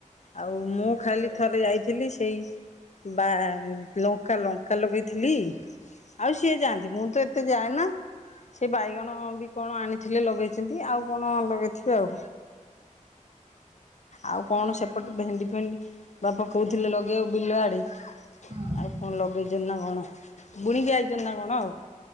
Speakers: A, on the left; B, on the right.
A: ଆଉ ମୁଁ ଖାଲି। ଥରେ ଯାଇ। ଥିଲି ସେଇ ବା। ଲଙ୍କା ଲଙ୍କା ଲଗେଇଥିଲି। ଆଉ ସିଏ ଯାଆନ୍ତି ମୁଁ ତ। ଯାଏନା ସେ ବାଇଗଣ ବି। କଣ ଆଣିଥିଲେ ଲଗେଇଛନ୍ତି ଆଉ କଣ ଲଗେଇଥିବେ ଆଉ। ଆଉ କଣ
B: ବାଇଗଣ
A: ସେପଟେ ଭେଣ୍ଡି ଫେଣ୍ଡି ବାପା
B: ହଁ
A: କହୁଥିଲେ ଲଗେଇବାକୁ ବିଲ ଆଡେ।
B: ହଁ
A: ଆଉ କଣ ଲଗେଇଛନ୍ତି ନା କଣ? ବୁଣିକି ଆଇଚନ୍ତି ନା କଣ ଆଉ।